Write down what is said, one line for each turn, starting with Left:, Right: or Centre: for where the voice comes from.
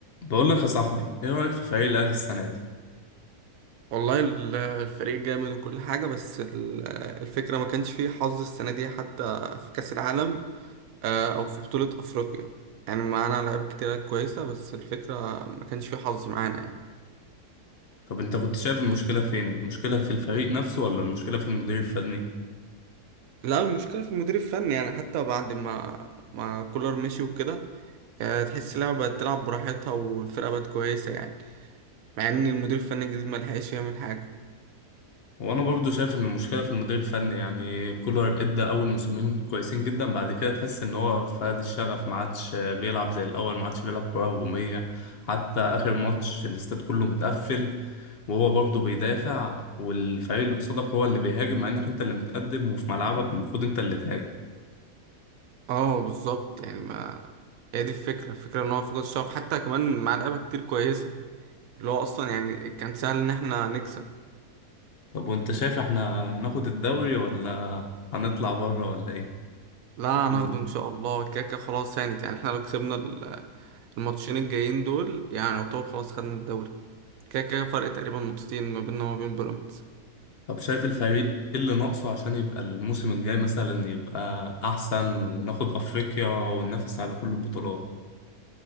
Left: بقول لك يا صاحبي ايه رأيك في فريق الاهلي السنة دي
Right: والله ال- الفريق جامد وكل حاجة بس ال- الفكرة ما كانش فيه حظ السنة دي حتى في كأس العالم آه، أو في بطولة أفريقيا يعني معانا لعيبة كتيرة كويسة بس الفكرة ما كانش فيه حظ معانا يعني
Left: طب انت كنت شايف المشكلة فين المشكلة في الفريق نفسه ولا المشكلة في المدير الفني
Right: لا المشكلة في المدير الفني يعني حتى بعد ما ما كولر مشي وكده آه، تحس اللعبة بقت تلعب براحتها والفرقة بقت كويسة يعني مع إن المدير الفني الجديد ما لحقش يعمل حاجة
Left: وانا برضو شايف ان المشكلة في المدير الفني يعني كولر ادى اول موسمين كويسين جدا بعد كده تحس ان هو فقد الشغف ما عادش بيلعب زي الاول ما عادش بيلعب كرة هجومية حتى اخر ماتش الاستاد كله متقفل وهو برضه بيدافع والفريق اللي قصادك هو اللي بيهاجم مع انك انت اللي متقدم وفي ملعبك المفروض انت اللي تهاجم
Right: اه بالظبط يعني ما هي دي الفكرة الفكرة إن هو فقد الشغف حتى كمان مع لعيبة كتير كويسة اللي هو اصلا يعني كان سهل ان احنا نكسب
Left: طب وانت شايف احنا هناخد الدوري ولا هنطلع بره ولا ايه
Right: لا هناخده
Left: مم.
Right: ان شاء الله كاكا خلاص هانت يعني احنا لو كسبنا ال- الماتشين الجايين دول يعني يعتبر خلاص خدنا الدوري كاكا فرق تقريبا نقطتين ما بيننا وما بين بيراميدز
Left: طب شايف الفريق ايه اللي ناقصه عشان يبقى الموسم الجاي مثلا يبقى احسن وناخد افريقيا وننافس على كل البطولات